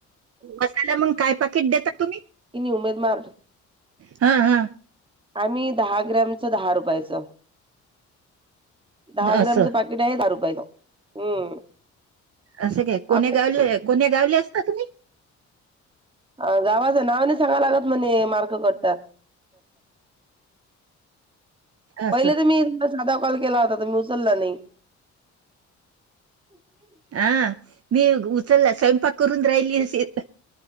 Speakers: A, on the right (about 50°); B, on the right (about 15°).
A: मसाला मग काय पाकिट देता तुम्ही?
B: तिनी उमेद मार्ग
A: हा हा
B: आम्ही दहा ग्रॅमच दहा रुपयाच दहा ग्रामचं
A: असं.
B: पाकेट आहे दहा रुपयाच हम्म
A: असं काय? कोण्या
B: आप
A: गावले कोण्या गावले असता तुम्ही?
B: अ गावाचं नाव नाही सांगा लागत म्हण मार्क कातात
A: असं.
B: पहिले तर मी तुला साधा कॉल केला होता तम्ही उचलला नाही ज्ञहय
A: हा मी उचलला स्वयंपाक करून राहिली असशी